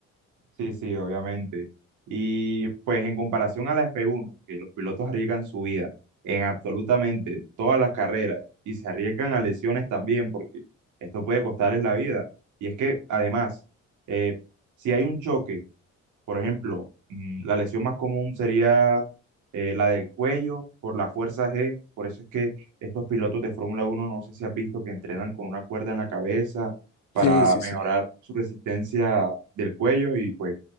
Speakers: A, on the right; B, on the left.
A: Sí, sí, obviamente. Y pues en comparación a la f uno que los pilotos arriesgan su vida en absolutamente todas las carreras y se arriesgan a lesiones también, porque esto puede costarles la vida. Y es que además, eh, si hay un choque Por ejemplo, mm, la lesión más común sería eh, la del cuello por la fuerza G. Por eso es que estos pilotos de Fórmula uno no sé si has visto que entrenan con una cuerda en la cabeza para
B: Sí, sí,
A: mejorar
B: sí.
A: su resistencia del cuello y pues